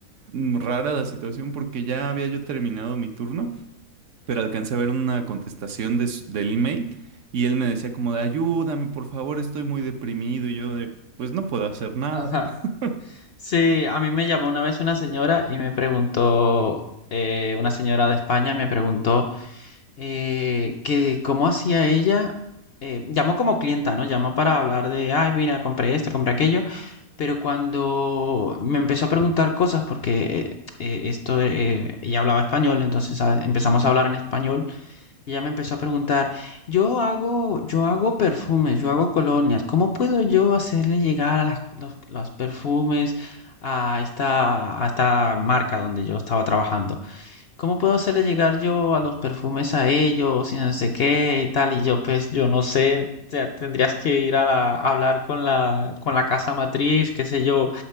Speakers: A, on the right (about 65°); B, on the left (about 60°).
A: mm, rara la situación porque ya había yo terminado mi turno pero alcancé a ver una contestación de su- del email y él me decía como de ayúdame, por favor, estoy muy deprimido y yo de pues no puedo hacer nada.
B: ajá.
A: <laughs>
B: Sí, a mí me llamó una vez una señora y me preguntó, eh, una señora de España me preguntó eh, que cómo hacía ella, eh, llamó como clienta, ¿no? Llamó para hablar de, ay, mira, compré esto, compré aquello. Pero cuando me empezó a preguntar cosas, porque eh, eh, esto, eh, ella hablaba español, entonces ah, empezamos a hablar en español, y ella me empezó a preguntar, yo hago, yo hago perfumes, yo hago colonias, ¿cómo puedo yo hacerle llegar a las- los, los perfumes a esta, a esta marca donde yo estaba trabajando? ¿Cómo puedo hacerle llegar yo a los perfumes a ellos y no sé qué y tal? Y yo, pues, yo no sé, o sea, tendrías que ir a la, a hablar con la, con la casa matriz, qué sé yo.